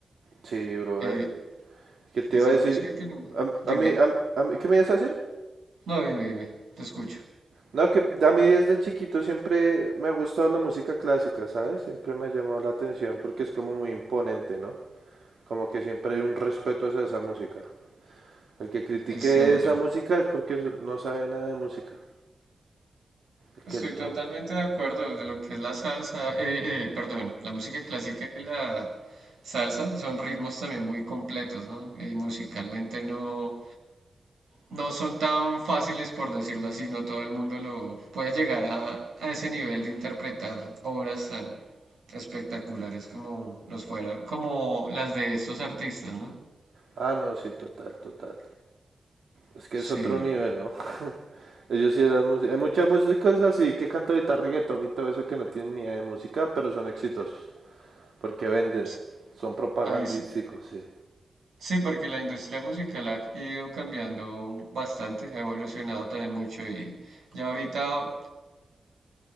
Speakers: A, on the right (about 65°); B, on the right (about 85°).
A: sí, brother.
B: eh,
A: ¿Qué te
B: esa
A: iba a decir?
B: es música que no...
A: A,
B: Dime,
A: a mí, a, a mí- ¿qué me ibas a decir?
B: no, dime, dime, te escucho.
A: No, que a mí desde chiquito siempre me ha gustado la música clásica, ¿sabes? Siempre me ha llamado la atención porque es como muy imponente, ¿no? Como que siempre hay un respeto hacia esa música. El que critique
B: Es cierto.
A: esa música es porque no sabe nada de música. El
B: Estoy
A: que no...
B: totalmente de acuerdo de lo que es la salsa, eh, eh, perdón, la música clásica y la salsa son ritmos también muy completos, ¿no? Y musicalmente no, no son tan fáciles, por decirlo así, no todo el mundo lo puede llegar a, a ese nivel de interpretar obras tan espectaculares como los fuera, como las de estos artistas, ¿no?
A: Ah, no, sí, total, total. Es que
B: Sí,
A: es otro nivel, ¿no? <laughs> Ellos sí eran músicos. Hay muchas músicas así que cantan ahorita reggaetón y todo eso que no tienen ni idea de música, pero son exitosos. Porque venden.
B: s-
A: Son propagandísticos,
B: ahí sí,
A: sí.
B: sí, porque la industria musical ha ido cambiando bastante, ha evolucionado también mucho y ya ahorita